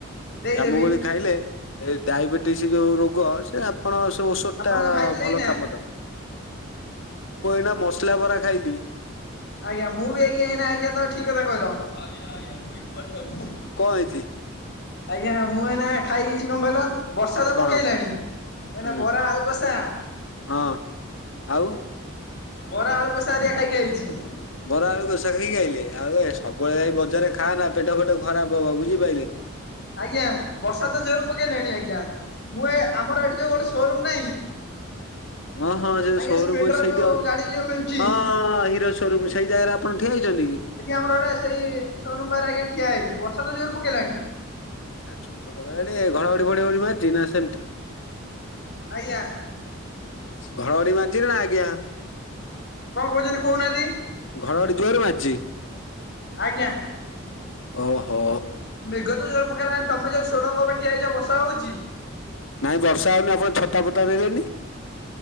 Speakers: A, on the left; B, on the left.
A: ଦେଇଦେବି
B: ଜମୁ କୋଳି ଖାଇଲେ ଏ ଡାଇବେଟିସ୍ ଯୋଉ ରୋଗ ସେ ଆପଣ ସେ ଔଷଧ
A: ଆପଣ
B: ଟା
A: କଣ ଖାଇଥିଲେ
B: ଭଲ
A: ଏଇନା
B: କାମ ମୁଁ ଏଇନା ମସଲା ବରା ଖାଇଲି।
A: ଆଜ୍ଞା ମୁଁ ବି ଆଇ କି ଆଜ୍ଞା ତ ଠିକ କଥା କହିଲ ଆଜ୍ଞା ଆଜ୍ଞା କହି କୁଆଡେଯାଉଛୁ।
B: କଣ ହେଇଛି।
A: ଆଜ୍ଞା ମୁଁ ଏ ନା ଖାଇକିଛି କଣ କହିଲ? ବର୍ଷା ତ
B: କଣ
A: ପକେଇଲାଣି
B: ହୁଁ
A: ମୁଁ ଏଇନା ବରା ଆଳୁ କଷା
B: ହଁ ଆଉ
A: ବରା ଆଳୁ କଷାାହେରିକା ଖାଇକି ଆଇଛି।
B: ବରା ଆଳୁ କଷା ଖାଇକି ଆଇଲେ ଆଉ ଏ ସବୁବେଳେ ବଜାରରେ ଖାଆ ନା ପେଟ ଫେଟ ଖରାପ ହବ ବୁଝିପାରଲେ
A: ଆଜ୍ଞା ବର୍ଷା ତ ଜୋର ପକେଇଲେଣି ଆଜ୍ଞା ମୁଁ ଏ ଆମର ଏଠି ଯୋଉ ଶୋରୁମ ନାହିଁ।
B: ହଁ ହଁ ସେ
A: ଆଜ୍ଞା
B: ସୋରୁମ
A: ସ୍ପ୍ଲେଣ୍ଡର
B: ସେଇଠି
A: ଯୋଉ
B: ଅଛି
A: ଗାଡି ଯୋଉ ମିଳୁଛି
B: ହଁ ହଁ ହିରୋ ସୋରୁମ୍ ସେଇ ଜାଗାରେ ଆପଣ ଠିଆ ହେଇଛନ୍ତି କି?
A: ଏଠି ଆମର ଗୋଟେ ସେଇ ସୋରୁମବାର ଆଜ୍ଞା ଠିଆ ହେଇଛି ବର୍ଷା ତ ଜୋର ପକେଇଲାଣି।
B: ଆ ଛୋରେ ପକେଇଲାଣି ଏ ଘଡ ଘଡିମାରିଛି ନା ସେମିତି
A: ଆଜ୍ଞା
B: ଘଡ଼ଘଡି ମାରିଚି ନା ଆଜ୍ଞା।
A: କଣ କହୁଛନ୍ତି କହୁନାହାନ୍ତି
B: ଘଡ଼ ଘଡି ଯୋର ମାରିଛି।
A: ଆଜ୍ଞା
B: ଓ ହୋ
A: ମେଘ ତ ଜୋର ପକେଇଲାଣି ତମ ଯୋଉ ଷୋଡଙ୍ଗ ଉପରେ ଠିଆହେଇଚ ବର୍ଷା ହଉଛି।
B: ନାଇଁ ବର୍ଷା ହେଉନି ଆପଣ ଛତାପଟା ଦେଲେନି?